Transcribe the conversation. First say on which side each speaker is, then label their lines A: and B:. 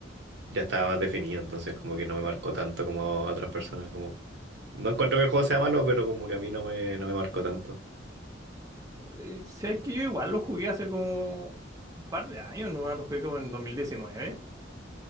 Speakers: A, on the right; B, on the right.
A: ya estaba más definido, entonces como que no me marcó tanto como a otras personas. Como, no encuentro que el juego sea malo, pero como que a mí no me, no me marcó tanto.
B: Eh, sabes que yo igual lo jugué hace como un par de años, ¿no? Lo jugué como en el 2019.